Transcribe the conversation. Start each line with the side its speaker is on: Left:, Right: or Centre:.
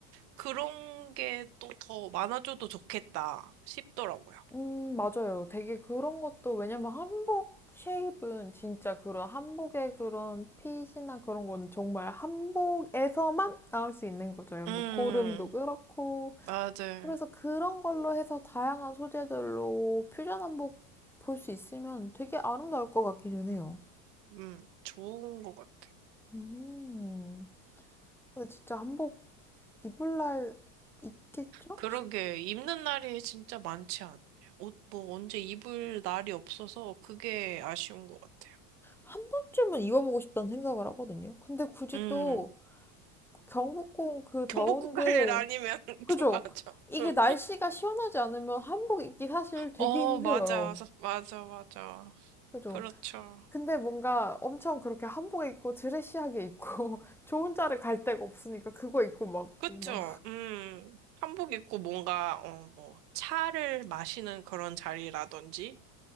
Right: 그런 게 또 더 많아져도 좋겠다 싶더라고요.
Centre: 음, 맞아요. 되게 그런 것도 왜냐면 한복 쉐입은 진짜 그런 한복의 그런 핏이나 그런 거는 정말 한복에서만 나올 수 있는 거죠.
Right: 음,
Centre: 뭐 고름도 그렇고
Right: 맞아요.
Centre: 그래서 그런 걸로 해서 다양한 소재들로 퓨전 한복 볼 수 있으면 되게 아름다울 것 같기는 해요.
Right: 음, 좋은 것 같아.
Centre: 음. 근데 진짜 한복 입을 날 있겠죠?
Right: 그러게, 입는 날이 진짜 많지 않네. 옷, 뭐, 언제 입을 날이 없어서 그게 아쉬운 것 같아요.
Centre: 한 번쯤은 입어보고 싶다는 생각을 하거든요. 근데 굳이
Right: 음,
Centre: 또 경복궁
Right: <laughs>
Centre: 그
Right: 경복궁
Centre: 더운데,
Right: 갈래 아니면, <laughs>
Centre: 그죠?
Right: 맞아.
Centre: 이게
Right: 응.
Centre: 날씨가 시원하지 않으면 한복 입기 사실 되게
Right: 어,
Centre: 힘들어요.
Right: 맞아. 맞아, 맞아.
Centre: 그죠?
Right: 그렇죠.
Centre: 근데 뭔가 엄청 그렇게 한복 입고 드레시하게 입고 <laughs> 저 혼자를 갈 데가 없으니까 그거 입고 막,
Right: 그쵸?
Centre: 막
Right: 음, 한복 입고 뭔가, 어, 뭐, 차를 마시는 그런 자리라든지,